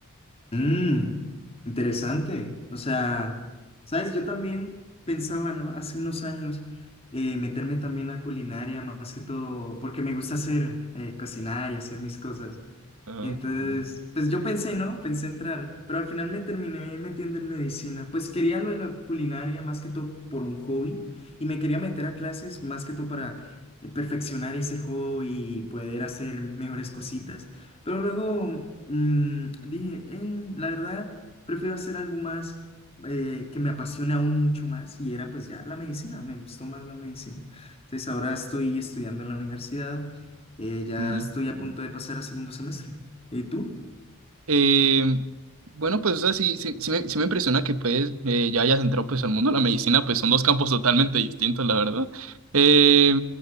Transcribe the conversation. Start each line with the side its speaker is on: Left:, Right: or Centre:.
Left: Mm, interesante. O sea, sabes, yo también pensaba, ¿no? Hace unos años eh, meterme también a culinaria, más que todo, porque me gusta hacer, eh, cocinar y hacer mis cosas.
Right: Ah,
Left: Entonces, pues yo pensé, ¿no? Pensé entrar, pero al final me terminé metiendo en medicina. Pues quería lo de la culinaria más que todo por un hobby y me quería meter a clases más que todo para eh, perfeccionar ese hobby y poder hacer mejores cositas. Pero luego mm, dije, "Eh, la verdad, prefiero hacer algo más eh, que me apasione aún mucho más y era pues ya la medicina, me gustó más la medicina. Entonces ahora estoy estudiando en la universidad, eh, ya
Right: ujú.
Left: estoy a punto de pasar a segundo semestre. ¿Y tú?
Right: Eh, bueno, pues, o sea, sí, sí, sí me, sí me impresiona que pues eh, ya hayas entrado pues al mundo de la medicina, pues son dos campos totalmente distintos, la verdad. Eh,